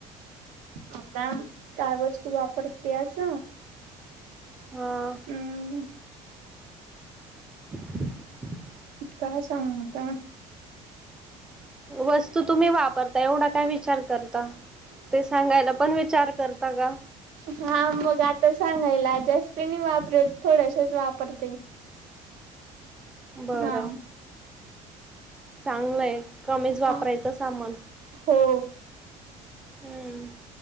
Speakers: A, on the right; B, in the centre.
A: आता काय वस्तू वापरते आस
B: हां.
A: हम्म.
B: <unintelligible>
A: काय सांगु ता?
B: वस्तू तुम्ही वापरता एवढा काय विचार करता. ते सांगायला पण विचार करता का?
A: हा मग आता सांगायला जास्त नाही वापरत थोडशच वापरते.
B: बरं.
A: हा
B: चांगलंय कमीच वापरायचं
A: हा
B: सामान.
A: हो.
B: हम्म.